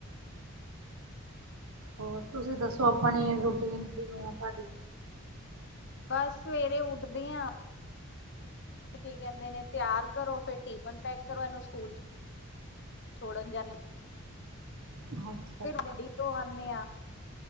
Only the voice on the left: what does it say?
ਬੱਸ ਸਵੇਰੇ ਉੱਟਦੇ ਆਂ। ਕੀ ਕੈਂਦੇ ਨੇ ਤਯੲਰ ਕਰੋ ਫੇਰ ਟਿਫਨ ਪੈਕ ਕਰੋ ਏਨੂੰ ਸਕੂਲ 'ਚ ਛੋੜਨ ਜਾਨੀ
ਫਿਰ <unintelligible> ਧੋ ਆਨੇ ਆ।